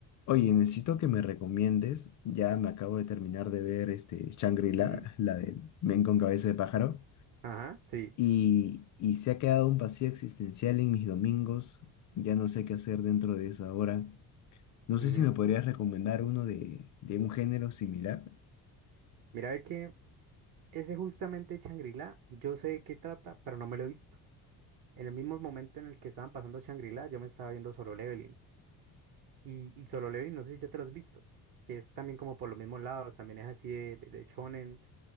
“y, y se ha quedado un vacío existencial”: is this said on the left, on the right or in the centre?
Left